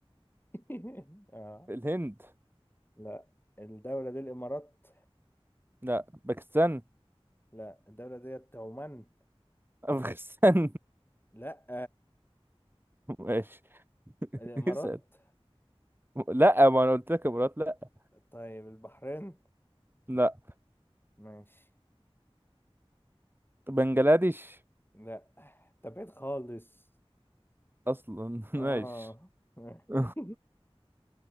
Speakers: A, on the left (about 20°); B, on the right (about 20°).
A: <laughs> اه
B: الهند
A: لا الدولة دي الامارات
B: لا باكستان
A: لا الدولة ديت عمان
B: افغانستان
A: لا
B: <laughs> ماشي
A: الامارات
B: اسأل لا ما انا قلت لك امارات لا
A: طيب البحرين
B: لا
A: ماشي
B: بنجلاديش
A: لا ده بعيد خالص
B: اصلا
A: اه
B: <laughs> ماشي
A: <laughs>
B: <laughs>